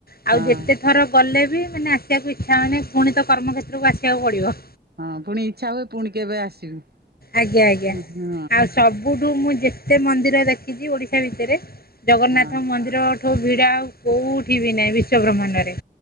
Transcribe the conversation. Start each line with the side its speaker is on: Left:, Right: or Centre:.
Left: ଆଉ
Right: ହଁ
Left: ଯେତେ ଥର ଗଲେ ବି ମାନେ ଆସିବାକୁ ଇଚ୍ଛା ହଉନି। ପୁଣି ତ କର୍ମକ୍ଷେତ୍ରକୁ ଆସିବାକୁ ପଡିବ।
Right: ହଁ, ପୁଣି ଇଚ୍ଛା ହୁଏ ପୁଣି କେବେ ଆସିବୁ?
Left: ଆଜ୍ଞା, ଆଜ୍ଞା
Right: ହଁ
Left: ଆଉ ସବୁଠୁ ମୁଁ ଯେତେ ମନ୍ଦିର ଦେଖିଚି ଓଡିଶା ଭିତରେ ଜଗନ୍ନାଥ
Right: ହଁ।
Left: ମନ୍ଦିରଠୁ ଭିଡ଼ ଆଉ କୋଉଠି ବି ନାହିଁ ବିଶ୍ୱ ବ୍ରହ୍ମାଣ୍ଡରେ।